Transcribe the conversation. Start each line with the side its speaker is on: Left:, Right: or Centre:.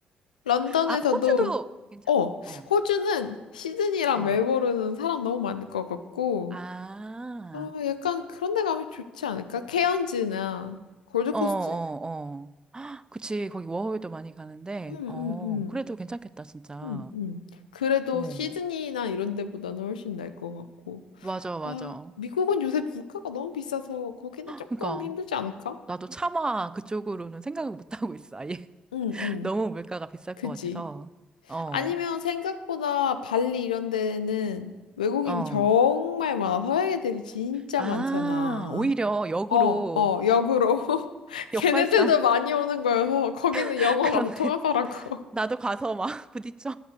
Left: 런던에서도,
Right: 아, 호주도 괜찮.
Left: 어,
Right: 어.
Left: 호주는 시드니랑
Right: 어.
Left: 멜버른은 사람 너무 많을 것 같고,
Right: 아.
Left: 어, 약간 그런 데 가면 좋지 않을까? 케언즈나 골드코스트?
Right: 어, 어, 어. 그치, 거기 워홀도 많이 가는데,
Left: 응응응
Right: 어, 그래도 괜찮겠다, 진짜.
Left: 응응 그래도
Right: 어,
Left: 시드니나 이런 데보다는 훨씬 나을 것 같고.
Right: 맞아, 맞아.
Left: 아, 미국은 요새 물가가 너무 비싸서 거기는 조금
Right: 그러니까,
Left: 힘들지 않을까?
Right: 나도 차마 그쪽으로는 생각을 못 하고 있어, 아예.
Left: 응,
Right: <laughs>
Left: 응.
Right: 너무 물가가 비쌀
Left: 그지.
Right: 것 같아서. 어,
Left: 아니면 생각보다 발리 이런 데는 외국인이
Right: 어.
Left: 정말 많아. 서양 애들이 진짜
Right: 아,
Left: 많잖아.
Right: 오히려 역으로,
Left: 어, 어, 역으로. <laughs> 걔네들도
Right: 역발상.
Left: 많이 오는 거여서 거기는
Right: <laughs>
Left: 영어가
Right: 그러네.
Left: 더 통하더라고.
Right: 나도 가서 막 <laughs> 부딪혀.